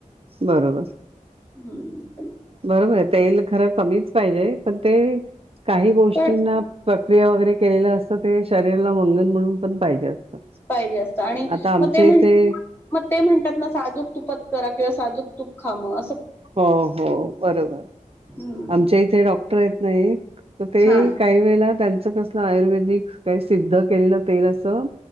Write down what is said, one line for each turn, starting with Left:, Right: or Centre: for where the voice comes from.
Right: बरोबर.
Left: हम्.
Right: बरोबर तेल खरं कमीच पाहिजे पण ते काही गोष्टींना
Left: पण
Right: प्रक्रिया वगैरे केलेलं असतं ते शरीराला मंगन म्हणून पण पाहिजे असतं
Left: पाहिजे असत आणि
Right: आता आमच्या
Left: मग ते म्हण
Right: इथे
Left: मग ते म्हणतात ना साजूक तुपात करा किंवा साजूक तूप खा म
Right: हो हो बरोबर
Left: हम्म
Right: आमच्या इथे डॉक्टर आहेत ना तर ते
Left: हा
Right: काही वेळेला त्यांचं कसलं आयुर्वेदिक काही सिद्ध केलेलं तेल असं